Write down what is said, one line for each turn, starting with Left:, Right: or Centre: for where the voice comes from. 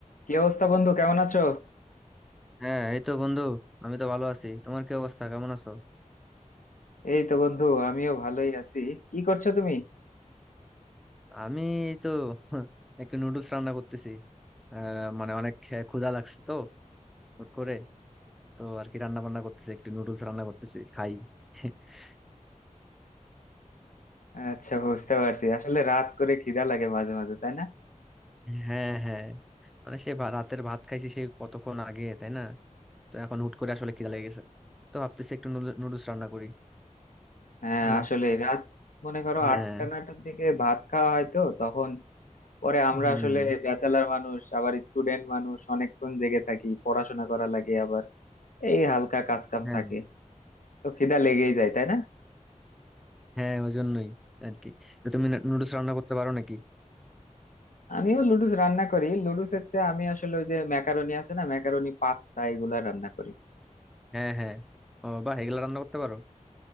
Left: কি অবস্থা বন্ধু কেমন আছো
Centre: হ্যাঁ এই তো বন্ধু আমি তো ভালো আছি তোমার কি অবস্থা কেমন আছো
Left: এই তো বন্ধু আমিও ভালোই আছি কি করছো তুমি
Centre: আমি এই তো <laughs> একটু নুডলস রান্না করতেছি আহ, মানে অনেক খে- ক্ষুধা লাগছে তো হুট করে তো আর কি রান্না বান্না করতেছি একটু নুডলস রান্না করতেছি খাই <laughs>
Left: আচ্ছা বুঝতে পারছি আসলে রাত করে খিদা লাগে মাঝে মাঝে তাই না
Centre: হ্যাঁ হ্যাঁ মানে সে ভা- রাতের ভাত খাইছি সে কতক্ষণ আগে তাই না তো এখন হুট করে আসলে খিদা লেগে গেছে তো ভাবতেছি একটু নুডলস রান্না করি
Left: হ্যাঁ
Centre: তাই না
Left: আসলে রাত মনে করো
Centre: হ্যাঁ
Left: আটটা নটার দিকে ভাত খাওয়া হয় তো তখন পরে আমরা
Centre: হুম
Left: আসলে ব্যাচেলার মানুষ আবার স্টুডেন্ট মানুষ অনেকক্ষণ জেগে থাকি পড়াশোনা করা লাগে আবার এই হালকা কাজ কাম
Centre: হ্যাঁ
Left: থাকে তো খিদা লেগেই যায় তাই না
Centre: হ্যাঁ ওই জন্যই আর কি তো তুমি নুডলস রান্না করতে পারো নাকি
Left: আমিও লুডুস রান্না করি লুডুস হচ্ছে আমি আসলে ওই যে ম্যাকারনি আছে না ম্যাকারনি পাস্তা এগুলা রান্না করি
Centre: হ্যাঁ হ্যাঁ ও বাহ এগুলা রান্না করতে পারো